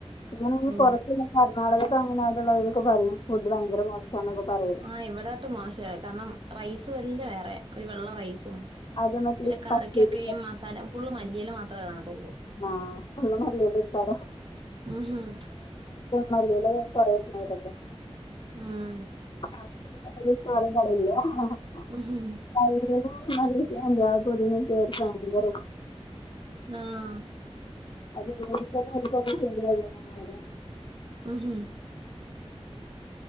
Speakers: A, on the left; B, on the right.
A: ഇങ്ങനെ ഒക്കെ
B: ഓ
A: പുറത്ത് കർണാടക തമിഴ്നാടുള്ളവരൊക്കെ പറഞ്ഞു ഫുഡ് പയങ്കര മോശ ഷന്നോക്കെ പറ
B: ആഹ് ഇവിടായിട്ട് മോശമായി കാരണം റൈസ് വല്ല വേറെ ഒരു വെള്ള റൈസും
A: അത് മറ്റേ
B: പിന്നെ കറിക്കൊക്കെ
A: പച്ചരി
B: ഈ മസാല ഫുള്ള് മല്ലിയല്ല മാത്രമേ കാണത്തുള്ളൂ
A: ആഹ് ഫുള്ള് മല്ലിയേല ഇട്ട <inaudible>
B: ഉംഹും
A: മല്ലിയില കൊറയുന്നവരക്കെ
B: ഉം
A: അത് സലടില്ല <inaudible>
B: ഉംഹും
A: മല്ലിയിലയും നല്ല എന്താ പുതിനയും അവർക്ക് ഭയങ്കര ഇഷ്
B: ആഹ്
A: അതല്ല ഇതി തന്നെ ഉർക്കൊപ ശരിയാകോനെ എന്ന പറഞ്ഞെ
B: ഉം ഹു
A: ഉം